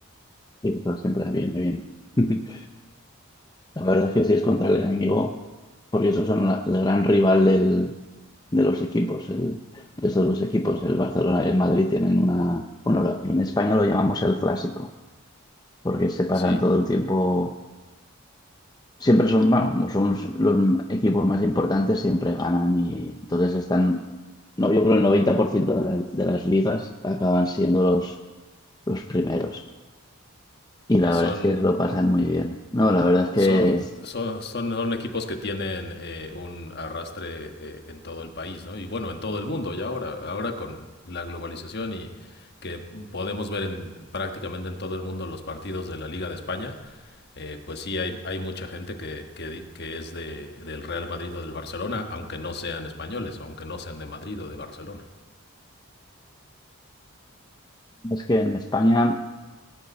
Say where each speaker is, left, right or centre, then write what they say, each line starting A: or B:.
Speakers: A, on the left (about 20°); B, on the left (about 50°).
A: sí, eso siempre viene bien. <laughs> La verdad es que sí es contra el enemigo, porque esos son la- el gran rival del- de los equipos, el- de estos dos equipos, el Barcelona y el Madrid tienen una, bueno, la- en España lo llamamos el clásico, porque se pasan
B: Sí,
A: todo el tiempo siempre son, bueno, como son los los equipos más importantes, siempre ganan y entonces están, no, yo creo el 90% de, la- de las ligas acaban siendo los, los primeros. Y la
B: y son,
A: verdad es que se lo pasan muy bien. No, la verdad es que
B: Son,
A: es
B: son, son, son equipos que tienen eh, un arrastre eh, en todo el país, ¿no? Y bueno, en todo el mundo ya ahora, ahora con la globalización y que podemos ver en, prácticamente en todo el mundo los partidos de la Liga de España, eh, pues sí hay, hay mucha gente que, que, di- que es de, del Real Madrid o del Barcelona, aunque no sean españoles, aunque no sean de Madrid o de Barcelona.
A: que en España